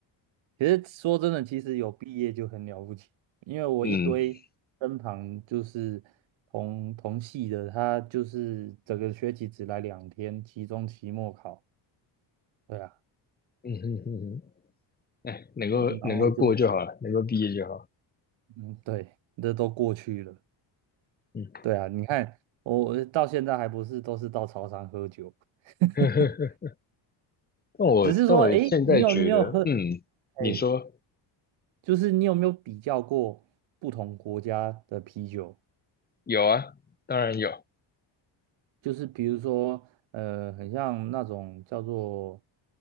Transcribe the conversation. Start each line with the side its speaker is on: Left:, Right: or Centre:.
Right: 其实说真的，其实有毕业就很了不起，因为我一堆身旁就是同同系的，
Left: 嗯
Right: 他就是整个学期只来两天，期中、期末考，对啊，
Left: 嗯哼哼哼，哎，能够能够过就好了，
Right: 嗯然后就
Left: 能够毕业就好。
Right: 嗯，对，这都过去了，
Left: 嗯，
Right: 对啊，你看我到现在还不是都是到超商喝酒，<laughs>
Left: <laughs> 但我但我现在觉得，
Right: 只是说，诶，你有没有喝？
Left: 嗯，
Right: 哎，
Left: 你说
Right: 就是你有没有比较过不同国家的啤酒？
Left: 有啊，当然有，
Right: 就是比如说，呃，很像那种叫做